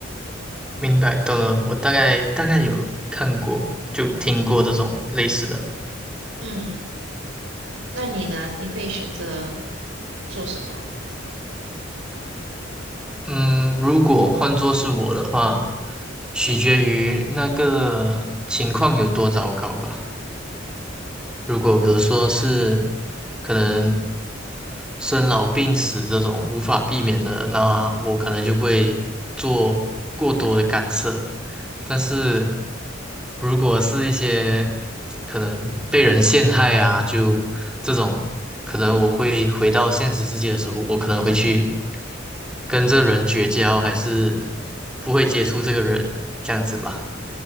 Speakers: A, in the centre; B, on the right.
A: 明白，懂了。我大概大概有看过，就听过这种类似的。
B: 嗯。那你呢？你会选择做什么？
A: 嗯，如果换作是我的话，取决于那个情况有多糟糕吧。如果比如说是可能生老病死这种无法避免的，那我可能就不会做过多的干涉。但是如果是一些可能被人陷害啊，就这种，可能我会回到现实世界的时候，我可能会去跟这人绝交，还是不会接触这个人，这样子吧，